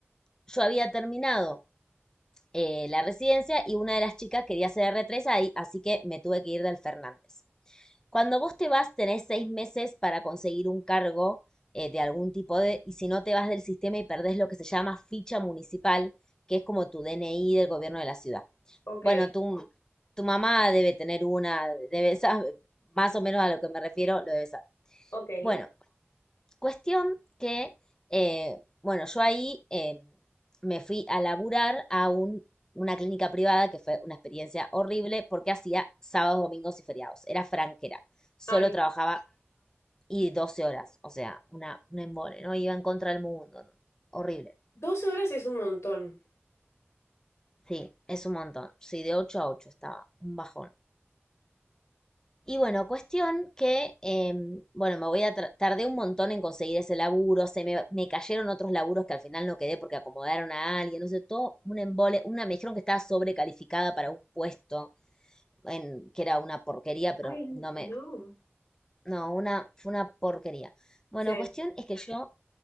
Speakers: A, on the left; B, on the left.
A: yo había terminado eh, la residencia y una de las chicas quería ser r tres ahí, así que me tuve que ir del Fernández. Cuando vos te vas, tenés seis meses para conseguir un cargo eh, de algún tipo de, y si no te vas del sistema y perdés lo que se llama ficha municipal, que es como tu DNI del gobierno de la ciudad.
B: ok,
A: Bueno, tu, tu mamá debe tener una, debe saber, más o menos a lo que me refiero, lo debe saber.
B: ok.
A: Bueno, Cuestión que, eh, bueno, yo ahí eh, me fui a laburar a un- una clínica privada que fue una experiencia horrible porque hacía sábados, domingos y feriados. Era franquera. Solo
B: Ay,
A: trabajaba y 12 horas. O sea, una, un embole, ¿no? Iba en contra del mundo. ¿no? Horrible.
B: 12 horas es un montón.
A: Sí, es un montón. Sí, de 8 a 8 estaba. Un bajón. Y bueno, cuestión que, eh, bueno, me voy a tra- tardé un montón en conseguir ese laburo, se me, me cayeron otros laburos que al final no quedé porque acomodaron a alguien, no sé, todo un embole, una me dijeron que estaba sobrecalificada para un puesto, en, que era una porquería, pero
B: ay,
A: no
B: no.
A: me, no, una, fue una porquería. Bueno,
B: Sí.
A: cuestión es que yo